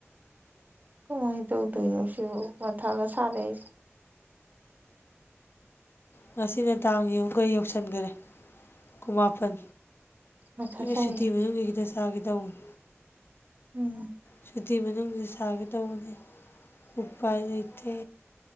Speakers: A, on the right (about 35°); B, on the left (about 55°).
A: ꯀꯃꯥꯏ ꯇꯧꯗꯣꯏꯅꯣ ꯁꯤꯕꯨ ꯃꯊꯥꯒ ꯁꯥꯔꯦ ꯑꯩꯁꯦ
B: ꯉꯁꯤꯅꯦ ꯇꯥꯡ ꯌꯦꯟꯉꯨ ꯀꯩ ꯌꯥꯎꯁꯟꯈꯔꯦ ꯀꯨꯟꯃꯥꯄꯟ
A: ꯃꯊꯥ
B: ꯑꯩꯁꯨ
A: ꯁꯥꯏꯌꯦ
B: ꯁꯨꯇꯤ ꯃꯅꯨꯡꯁꯤ ꯈꯤꯇꯪ ꯁꯥꯒꯦ ꯇꯧꯕꯅꯦ
A: ꯎꯝ
B: ꯁꯨꯇꯤ ꯃꯅꯨꯡꯁꯤ ꯁꯥꯒꯦꯗꯧꯕꯅꯤ ꯎꯄꯥꯏ ꯂꯩꯇꯦ